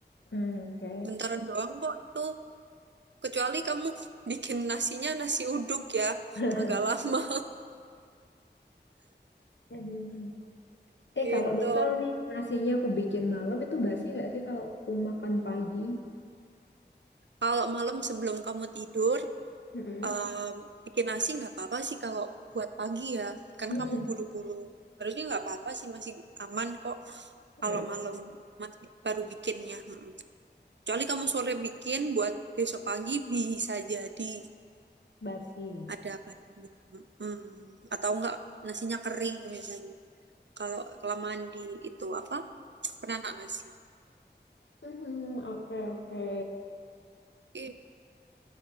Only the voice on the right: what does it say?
Bentaran doang kok itu. Kecuali kamu bikin nasinya nasi uduk ya,
agak lama
<laughs>
gitu.
Kalau malam sebelum kamu tidur,
em, bikin nasi nggak apa-apa sih kalau buat pagi ya. Kan
kamu buru-buru. Harusnya nggak apa-apa sih, masih aman kok kalau
malam masih baru bikinnya. Mm. Kecuali kamu sore bikin buat besok pagi bisa jadi
ada badannya. Mm. Atau enggak nasinya kering misalnya. Kalau kelamaan di itu apa? Penanak nasi.
itu?